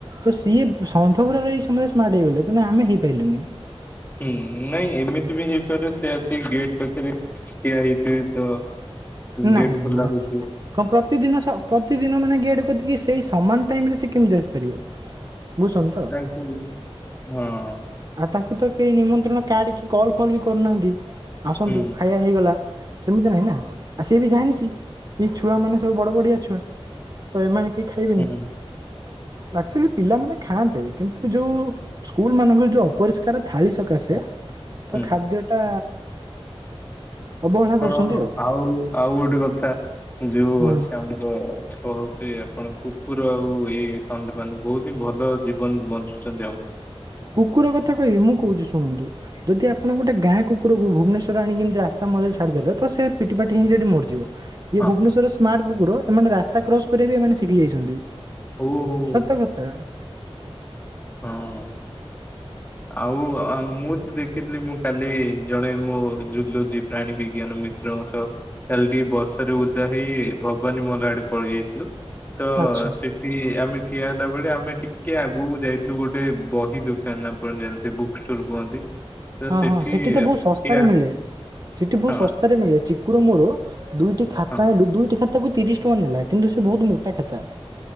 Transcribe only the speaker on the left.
ହୁଁ ନାଇଁ ଏମିତି ବି ହେଇପାରେ ସେ ଆସି ଗେଟ୍ ପାଖରେ ଠିଆ ହେଇ ଠିଆ ହେଇଥିବ
ଗେଟ୍
ଖୋଲା
ହେଇଥିବ।
ହଁ।
ହୁଁ,
ହୁଁ,
ହଁ, ହୁଁ,
ହଁ
ଆଉ ଆଉ ଗୋଟେ କଥା ଯୋଉ
ଅଛି ଆମର କୋହୁଚି ଆପଣ କୁକୁର ଆଉ ଏଇ ଷଣ୍ଢମାନେ ବୋହୁତ ହିଁ ଭଲ ଜୀବନ ବଞ୍ଚୁଛନ୍ତି ଆମଠୁ।
ହଁ,
ଓହୋ।
ହଁ ଆଉ ମୁଁ ତ ଦେଖ ଦେଖଥିଲି ମୁଁ କାଲି ଜଣେ ମୁଁ ଝୁଲୁଛି ପ୍ରାଣୀ ବିଜ୍ଞାନ ମିତ୍ରଙ୍କ ସହ। କାଲି ଟିକେ ବର୍ଷରେ ଓଦା ହେଇ ଭବାନୀ ମହଲ ଆଡେ ପଳେଇ ଯାଇଥିଲୁ। ତ
ସେଠି ଆମେ ଠିଆ ହେଲା ବଳେ ଆମେ ଟିକେ ଆଗକୁ ଯାଇ ଲୁ ଗୋଟେ ବହି ଦୋକାନ ଆପଣ ଜାଣିଥିବେ ବୁକ୍ ଷ୍ଟୋର କୁହନ୍ତି। ତ
ସେଠି
ଠିଆ ହେଲୁ।
ହଁ
ହଁ